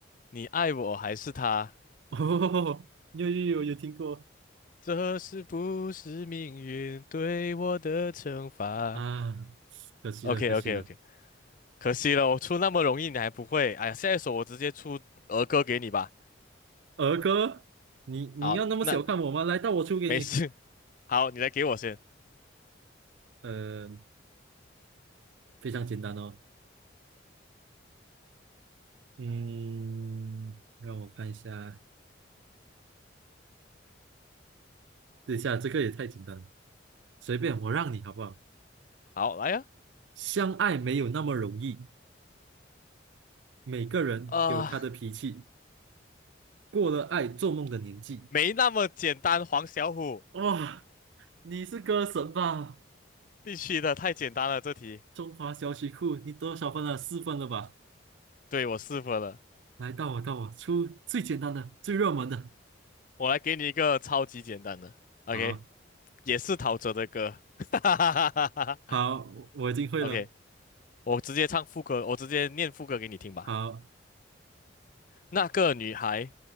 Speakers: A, on the left; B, on the right.
A: 你爱我还是他？
B: <laughs> 哦，有有有有听过。
A: 这是不是命运对我的惩罚
B: 啊，可惜了，
A: ？OK
B: 可惜了。
A: OK OK，可惜了，我出那么容易你还不会。哎呀，下一首我直接出儿歌给你吧。
B: 儿歌，你你要那么小看我吗？
A: 好，那
B: 来到我出给你。
A: 没事。<laughs> 好，你来给我先。
B: 呃，非常简单哦。嗯，让我看一下，等一下，这个也太简单了，随便我让你好不好？
A: 好，来呀、
B: 相爱没有那么容易，每个人有他的脾气，
A: 啊。呃，
B: 过了爱做梦的年纪。
A: 没那么简单，黄小虎，
B: 哇、你是歌神吧？
A: 必须的，太简单了这题。
B: 中华小曲库，你多少分了？四分了吧？
A: 对，我试过了。
B: 来，到我，到我，出最简单的、最热门的。
A: 我来给你一个超级简单的，OK，
B: 好。
A: 也是陶喆的歌。<laughs> 哈哈哈哈哈哈
B: 好，我我已经会了。
A: OK，我直接唱副歌，我直接念副歌给你听吧。
B: 好，
A: 那个女孩，